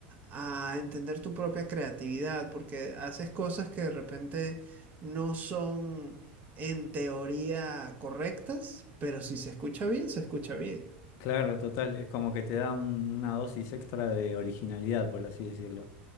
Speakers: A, on the right; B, on the left.
A: a entender tu propia creatividad, porque haces cosas que de repente no son en teoría correctas, pero si se escucha bien, se escucha bien.
B: Claro, total, es como que te da un- una dosis extra de originalidad, por así decirlo.